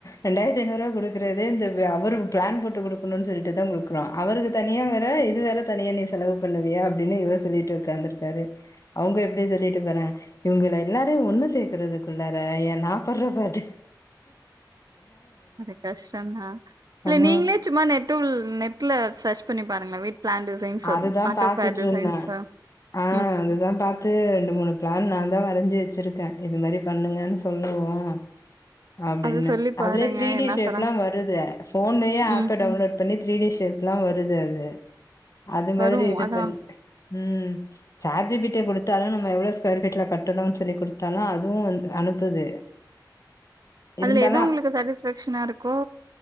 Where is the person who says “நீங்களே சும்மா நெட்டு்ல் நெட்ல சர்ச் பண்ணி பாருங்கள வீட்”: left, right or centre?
Right